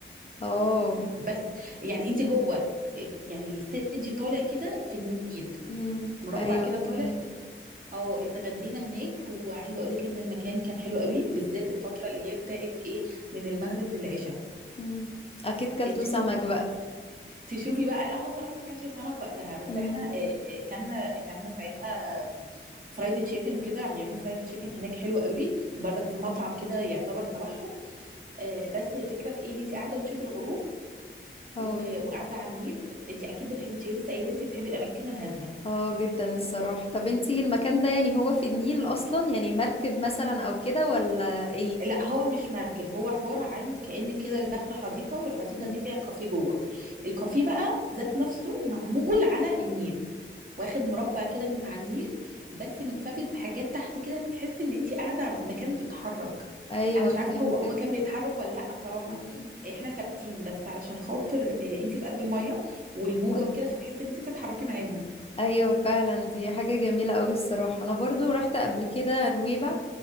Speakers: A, on the left; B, on the right.
A: اه
B: بس يعني انت جوه آه، يعني الستيج طالع كده في النيل
A: مم.
B: مربع
A: ايوه
B: كده
A: فهمك
B: طالع اه اتغدينا هناك وعايزه اقول لك ان المكان كان حلو قوي بالذات الفتره اللي هي بتاعت ايه من المغرب للعشاء
A: مم. اكيد كلتوا
B: تشوفي
A: سمك
B: تشوفي بقى لا هو صراحة ما كانش سمك وقتها بس
A: بقى
B: احنا آه، آه، كان كان ساعتها فرايد تشيكن وكده بيعملوا فرايد تشيكن هناك حلو قوي برضك في مطعم كده يعتبر تبعهم آه، بس الفكرة في ايه ان انت قاعدة بتشوفي الغروب
A: اه
B: و- وقاعدة على النيل انت اكيد بتحبي انت لسه قايلة انت بتحبي الاماكن الهادية
A: اه جدا الصراحة طب انتي المكان ده يعني هو في النيل اصلا يعني مركب مثلا او كده ولا ايه
B: لا هو مش مركب هو عبارة عن كأنك كده داخلة حديقة والحديقة
A: مم.
B: دي فيها كافيه جوه الكافيه بقى ذات نفسه معمول على النيل واخد مربع كده من على النيل بس متثبت بحاجات تحت كده تحس ان انت قاعده على مكان بيتحرك
A: ايوه
B: انا مش
A: فهمتك
B: عارفه هو هو كان بيتحرك ولا لا صراحه
A: مم.
B: احنا ثابتين بس علشان خاطر آه، انت في قلب الميه والموجه
A: اه
B: وكده فتحس ان انت بتتحركي معاهم
A: ايوه فعلا دي حاجة جميلة قوي الصراحة انا برضو رحت قبل كده نويبع